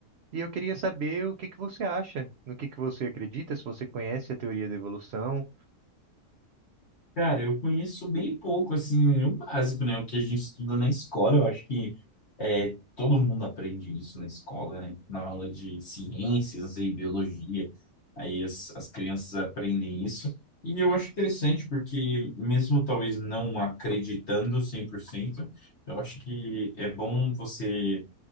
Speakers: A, on the right; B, on the left.
A: E eu queria saber o que que você acha, no que que você acredita, se você conhece a teoria da evolução.
B: Cara, eu conheço bem pouco, assim, o básico, né? O que a gente estuda na escola, eu acho que é, todo mundo aprende isso na escola, né? Na aula de ciências e biologia, aí as, as crianças aprendem isso. E eu acho interessante, porque mesmo talvez não acreditando 100%, eu acho que é bom você